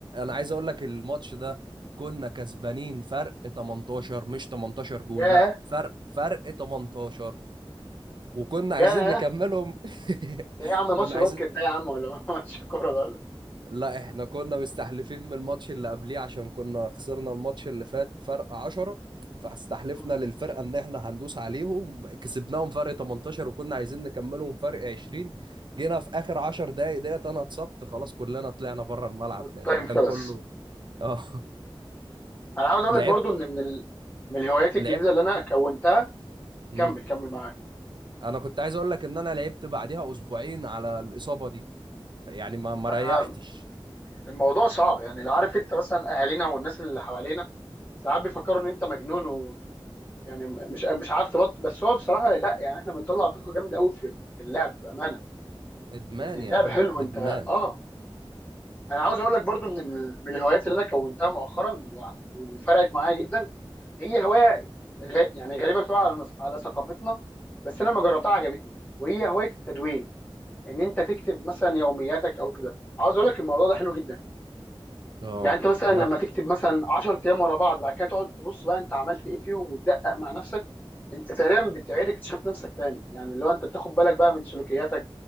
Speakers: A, on the right; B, on the left.
A: عايز اقول لك الماتش ده كنا كسبانين فرق 18 مش 18 جون
B: ياه
A: لا فرق فرق 18 وكنا
B: ياه
A: عايزين نكملهم
B: ده
A: <laughs>
B: إيه يا عم ماتش
A: كنا عايزين
B: باسكت ده يا عم ولا <laughs> ماتش كوره ده ولا
A: لا احنا كنا مستحلفين من الماتش اللي قبليه عشان كنا خسرنا الماتش اللي فات فرق 10 فاستحلفنا
B: مم.
A: للفرقة ان احنا هندوس عليهم كسبناهم فرق 18 وكنا عايزين نكملهم فرق 20 جينا في اخر 10 دقايق ديت انا اتصبت خلاص كلنا طلعنا بره الملعب
B: والتايم
A: لان كان
B: خلص
A: كله اه
B: انا عاوز اقول
A: <laughs>
B: لك
A: لعبت
B: برضو ان من ال... من الهوايات الجديده
A: لعبت
B: اللي انا كونتها
A: مم.
B: كمل كمل معاك
A: انا كنت عايز اقول لك ان انا لعبت بعديها اسبوعين على الاصابة دي يعني ما ما
B: احنا
A: ريحتش
B: الموضوع صعب يعني اللي عارف انت مثلا اهالينا والناس اللي حوالينا ساعات بيفكروا ان انت مجنون و... يعني م- مش مش عارف تبط بس هو بصراحه لا يعني احنا بنطلع طاقه جامده قوي في في اللعب بامانه
A: ادمان
B: يعني اللعب
A: يا عم
B: حلو
A: ادمان
B: انت اه انا عاوز اقول لك برضو ان من ال- من الهوايات اللي انا كونتها مؤخرا و... وفرقت معايا جدا هي هوايه غ... يعني غريبه شويه على على ثقافتنا بس انا لما جربتها عجبتني وهي هوايه التدوين ان انت تكتب مثلا يومياتك او كده عاوز اقول لك الموضوع ده حلو جدا
A: اه
B: يعني انت مثلا
A: انا
B: لما
A: ج-
B: تكتب مثلا 10 ايام ورا بعض بعد كده تقعد تبص بقى انت عملت ايه فيهم وتدقق مع نفسك انت تقريبا بتعيد اكتشاف نفسك تاني يعني اللي هو انت بتاخد بالك بقى من سلوكياتك